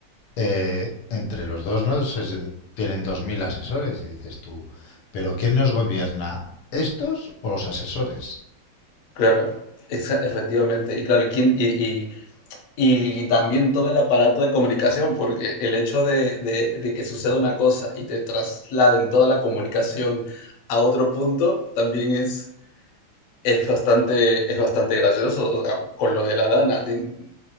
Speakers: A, on the left; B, on the left.
A: eh, entre los dos no se tienen dos mil asesores y dices tú, pero ¿quién nos gobierna? ¿Estos o los asesores?
B: claro, exa efectivamente. Y claro, y quién y y y también todo el aparato de comunicación, porque el hecho de de de que suceda una cosa y te trasladen toda la comunicación a otro punto, también es es bastante, es bastante gracioso. O sea, con lo de la Dana, te-